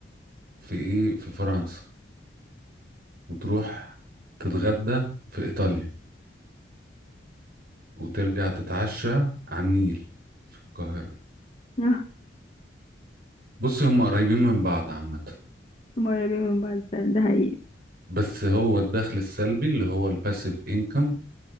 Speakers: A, on the right; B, on the left.
A: في ايه في فرنسا وتروح تتغدى في ايطاليا وترجع تتعشى على النيل في القاهرة
B: <laughs> آه،
A: بص هم قريبين من بعض عامة
B: هما قريبين من بعض فعلا، ده حقيقي
A: بس هو الدخل السلبي اللي هو الباسيف انكم